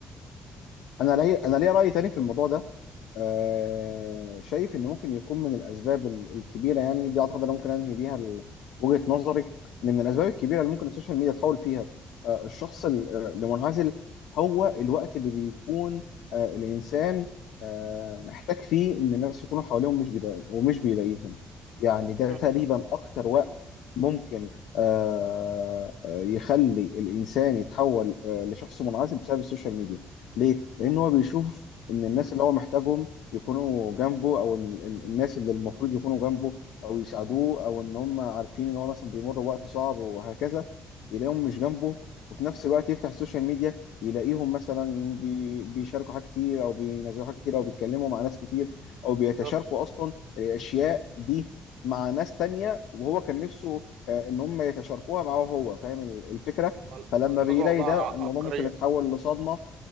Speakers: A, on the left; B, on the right.
A: انا لي... انا ليا راي تاني في الموضوع ده آه... شايف ان ممكن يكون من الاسباب ال- الكبيره يعني دي اعتقد انا ممكن انهي بيها ال- وجهه نظري ان من الاسباب الكبيره اللي ممكن السوشيال ميديا تحول فيها آه الشخص ال- آه، المنعزل هو الوقت اللي بيكون آه الانسان آه محتاج فيه ان الناس يكونوا حواليهم مش بيلا... ومش بيلاقيهم يعني ده
B: مم.
A: تقريبا اكتر وقت ممكن آه آه، يخلي الانسان يتحول آه لشخص منعزل بسبب السوشيال ميديا ليه؟ لأن
B: مم.
A: هو بيشوف إن الناس اللي هو محتاجهم يكونوا جنبه أو ال- ال- الناس اللي المفروض يكونوا جنبه أو يساعدوه أو إن هم عارفين إن هو مثلا بيمر بوقت صعب وهكذا يلاقيهم مش جنبه وفي نفس الوقت يفتح السوشيال ميديا يلاقيهم مثلا بي- بيشاركوا حاجات كتير أو بينزلوا حاجات كتير أو بيتكلموا مع ناس كتير أو بيتشاركوا
B: بالظبط
A: أصلا الأشياء دي مع ناس تانية وهو كان نفسه آه، إن هم يتشاركوها معاه هو فاهم ال- الفكرة؟
B: مل-
A: فلما
B: ملحوظه
A: بيلاقي
B: والله
A: ده
B: ع-
A: الموضوع
B: عبقريه
A: ممكن يتحول لصدمة